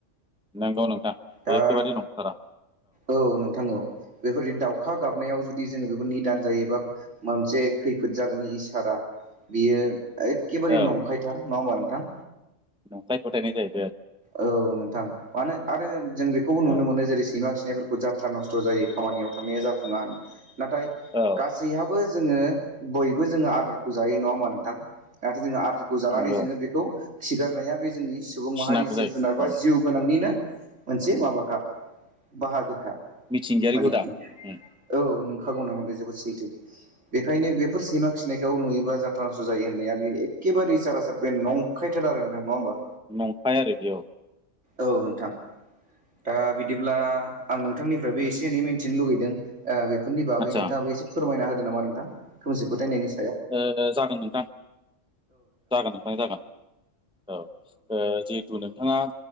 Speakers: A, in the centre; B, on the right (about 65°).
A: नोंगौव नोंथा बे
B: दा
A: एखेबारि नंथारा
B: औ नों नंगौ बेफोरबायदि दाउखा गाबनायाव जुदि जोङो बेखौ निदान जायोबा मोनसे खैफोद जागोन इसारा बियो एखेबारे
A: औ
B: नंखायथार नङा होमबा नोंथां
A: <unintelligible>
B: औ नोंथां मानो आरो जों बेखौबो नुनो
A: औ
B: मोनो जेरै सैमा <unintelligible> जात्रा नस्त जायो खामानिआव थांनाया जाफुङा नाथाय
A: औ
B: गासैहाबो जोंओ बयबो जों आदारखौ जायो नङा होमा नोंथां आरो जोंओ खौ जानानै
A: नंगौ
B: जोङो बेखौ खिगारनाया बे जोंनि सुबुं माहारि
A: खिनांगौ
B: जिब
A: जायो
B: जुनार बा
A: औ
B: जिउ गोनांनिनो मोनसे माबाखा बाहागोखा
A: मिथिंगायारि
B: माने
A: हुदा उम
B: औ नोंंखागौ न बे जोबोद सैथो बेखायनो बेफोर सैमा खिनायखौ नुयो जाथारनसथ जायो होननाया एखेबारे सारासार बे नंखायथार आरो नोंथां नङा होमबा
A: नंखाय आरो बेयाव
B: औ नोंथां ओ बिदिब्ला आं नोंथांनिफ्रायबो एसे एनै मिन्थिनो लुगैदों ओ बेफोरनि बागै
A: आदसा
B: नोंथाङाबो एसे फोरमायना होदो नामा नोंथां खोमसि फथायनायनि
A: ओ-ओ जागोन नोंथां जागोन नोंथां जागोन औ ओ